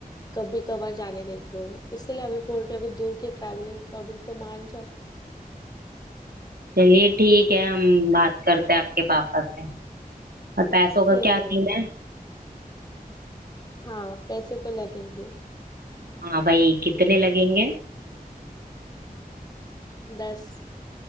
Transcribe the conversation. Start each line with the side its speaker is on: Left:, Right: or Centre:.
Left: कभी कभार जाने देते हो इसलिए अभी बोल रहे हो, अभी दूर की ट्रैवलिंग है तो अभी तो मान जाओ
Right: चलिए ठीक है हम बात करते हैं आपके पापा से और पैसों का
Left: हम्म
Right: क्या सीन है
Left: हाँ पैसे तो लगेंगे
Right: हाँ भाई कितने लगेंगे
Left: दस